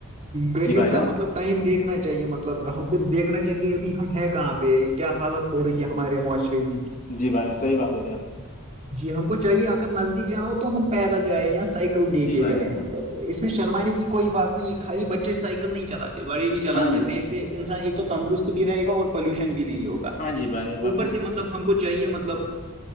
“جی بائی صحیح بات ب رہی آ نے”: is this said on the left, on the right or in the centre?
Left